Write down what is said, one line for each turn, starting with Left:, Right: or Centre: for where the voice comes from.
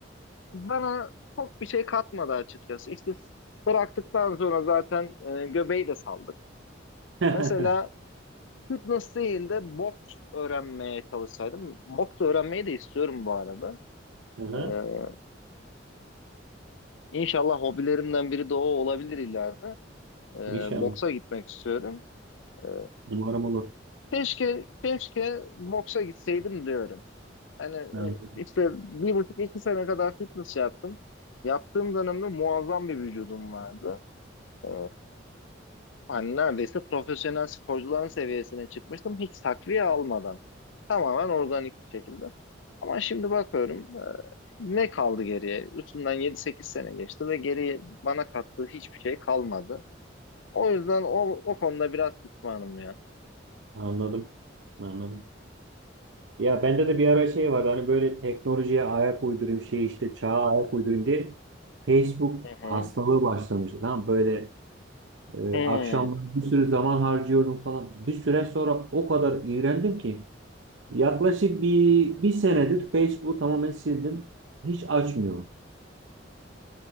Left: bana çok bir şey katmadı açıkçası. İşte bıraktıktan sonra zaten e, göbeği de saldık.
Right: <laughs>
Left: Mesela Fitness değil de boks öğrenmeye çalışsaydım. Boks öğrenmeyi de istiyorum bu arada.
Right: Aha,
Left: Ee, inşallah hobilerimden biri de o olabilir ileride. Ee,
Right: inşallah.
Left: boksa gitmek istiyorum. Ee,
Right: Umarım olur.
Left: keşke, keşke boksa gitseydim diyorum. Hani e,
Right: Anladım.
Left: işte bir buçuk iki sene kadar fitness yaptım. Yaptığım dönemde muazzam bir vücudum vardı. Ee, hani neredeyse profesyonel sporcuların seviyesine çıkmıştım hiç takviye almadan. Tamamen organik bir şekilde. Ama şimdi bakıyorum e, ne kaldı geriye? Üstünden yedi sekiz sene geçti ve geriye bana kattığı hiçbir şey kalmadı. O yüzden o, o konuda biraz pişmanım ya.
Right: Anladım. Anladım. Ya bende de bir ara şey vardı hani böyle teknolojiye ayak uydurayım şey işte çağa ayak uydurayım diye Facebook
Left: Hı hı.
Right: hastalığı başlamıştı. Tamam böyle e,
Left: Hı.
Right: akşamları bir sürü zaman harcıyordum falan. Bir süre sonra o kadar iğrendim ki yaklaşık bir bir senedir Facebook'u tamamen sildim. Hiç açmıyorum.